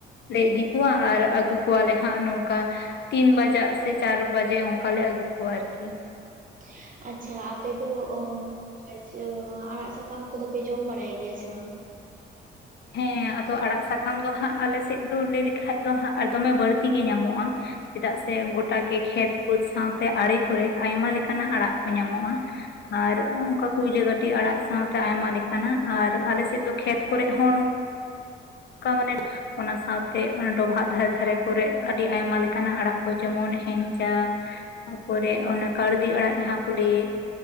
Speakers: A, on the left; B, on the right.
A: ᱞᱮ, ᱤᱫᱤ ᱠᱚᱣᱟ, ᱟᱨ ᱟᱹᱜᱩ ᱠᱚᱣᱟ ᱞᱮ ᱦᱟᱸᱜ, ᱱᱚᱝᱠᱟ ᱛᱤᱱ ᱵᱟᱡᱟᱜ ᱥᱮ, ᱪᱟᱨ ᱵᱟᱡᱮ, ᱚᱱᱠᱟ ᱞᱮ ᱟᱹᱜᱩ ᱠᱚᱣᱟ, ᱟᱨ ᱠᱤ ᱾
B: ᱦᱟᱹᱭᱟᱼᱦᱟ, ᱟᱪᱪᱷᱟ ᱟᱯᱮ ᱫᱚ ᱚᱼ ᱟᱪᱪᱷᱟ, ᱟᱲᱟᱜ ᱥᱟᱠᱟᱢ ᱠᱚᱫᱚ ᱯᱮ, ᱡᱚᱢ ᱵᱟᱲᱟᱭ ᱜᱮᱭᱟ ᱥᱮ ᱵᱟᱝ?
A: ᱦᱮᱸ, ᱟᱫᱚ ᱟᱲᱟᱜ ᱥᱟᱠᱟᱢ ᱫᱚ ᱦᱟᱸᱜ, ᱟᱞᱮ ᱥᱮᱫ ᱫᱚ, ᱞᱟᱹᱭ ᱞᱮᱠᱷᱟᱱ ᱫᱚ ᱦᱟᱜ, ᱫᱚᱢᱮ ᱵᱟᱹᱲᱛᱤ ᱜᱮ ᱧᱟᱢᱚᱜᱼᱟ ᱾ ᱪᱮᱫᱟᱜ ᱥᱮ ᱜᱚᱴᱟ ᱜᱮ, ᱠᱷᱮᱛ ᱵᱟᱹᱫᱽ ᱥᱟᱶᱛᱮ, ᱟᱲᱮ ᱠᱚᱨᱮ, ᱟᱭᱢᱟ ᱞᱮᱠᱟᱱᱟᱜ ᱟᱲᱟᱜ ᱠᱚ, ᱧᱟᱢᱚᱜᱼᱟ ᱾ ᱟᱨ,, ᱩᱸᱜᱝᱠᱟ ᱠᱩᱭᱞᱟᱹ ᱠᱟᱹᱴᱤ ᱟᱲᱟᱜ ᱥᱟᱶᱛᱮ, ᱟᱭᱢᱟ ᱞᱮᱠᱟᱱᱟᱜ, ᱟᱨ ᱟᱞᱮ ᱥᱮᱫ ᱫᱚ, ᱠᱷᱮᱛ ᱠᱚᱨᱮᱜ ᱦᱚᱸ, ᱱᱚᱝᱠᱟ ᱢᱟᱱᱮ ᱚᱱᱟ ᱥᱟᱸᱶ ᱛᱮ ᱚᱱᱟ ᱰᱚᱵᱷᱟᱜ ᱫᱷᱟᱨᱮ ᱫᱷᱟᱨᱮ ᱠᱚᱨᱮᱜ ᱟᱹᱰᱤ ᱟᱭᱢᱟ ᱞᱮᱠᱟᱱᱟᱜ ᱟᱲᱟᱜ ᱠᱚ ᱡᱮᱢᱚᱱ ᱦᱮᱝᱪᱟ᱾ ᱛᱟ ᱯᱚᱨᱮ ᱚᱱᱟ ᱠᱟᱲᱫᱤ ᱟᱲᱟᱜ ᱡᱟᱦᱟᱸᱠᱚ ᱞᱟᱹᱭ ᱮᱫ